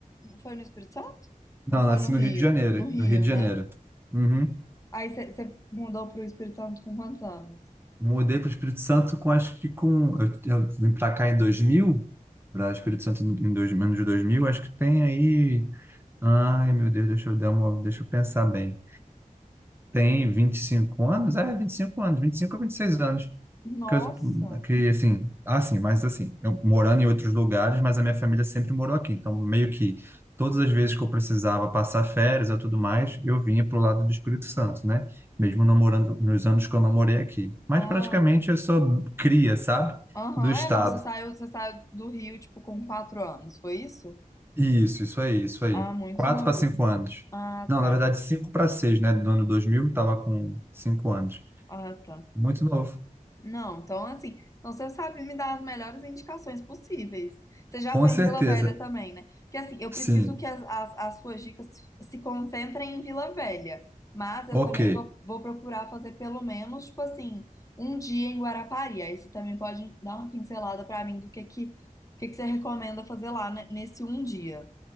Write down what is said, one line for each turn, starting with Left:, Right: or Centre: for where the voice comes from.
Left: Foi no Espírito Santo?
Right: Não,
Left: Ou
Right: nasci
Left: foi no
Right: no Rio
Left: Rio?
Right: de Janeiro.
Left: No Rio,
Right: No Rio de Janeiro.
Left: né?
Right: Uhum.
Left: Aí você mudou pro Espírito Santo com quantos anos?
Right: Mudei para o Espírito Santo com, acho que com... Eu, eu vim para cá em 2000 para Espírito Santo em dois, menos de dois mil Acho que tem aí... Ai, meu Deus, deixa eu dar uma... Deixa eu pensar bem. tem 25 anos? É, 25 anos, 25 a 26 anos.
Left: Nossa!
Right: Que, eu- que assim, assim, mas assim, eu morando em outros lugares, mas a minha família sempre morou aqui. Então, meio que todas as vezes que eu precisava passar férias ou tudo mais, eu vinha para o lado do Espírito Santo, né? Mesmo não morando nos anos que eu não morei aqui. Mas
Left: Ah,
Right: praticamente
Left: tá.
Right: eu sou cria, sabe?
Left: Aham,
Right: Do estado.
Left: é, não, você saiu, você saiu do Rio, tipo, com quatro anos, foi isso?
Right: Isso, isso aí, isso aí.
Left: Ah, muito
Right: Quatro
Left: novinho.
Right: para cinco anos.
Left: Ah,
Right: Não,
Left: tá.
Right: na verdade, cinco para seis, né? Do ano 2000, estava com cinco anos.
Left: Ah, tá.
Right: Muito novo.
Left: Não, então assim, então você sabe me dar as melhores indicações possíveis. Você já
Right: Com
Left: foi
Right: certeza,
Left: em Vila Velha também, né? Porque assim, eu
Right: sim.
Left: preciso que as, as, as suas dicas se concentrem em Vila Velha, mas eu
Right: Ok,
Left: também vou, vou procurar fazer pelo menos, tipo assim, um dia em Guarapari. Aí você também pode dar uma pincelada pra mim do que que, o que que você recomenda fazer lá, né, nesse um dia,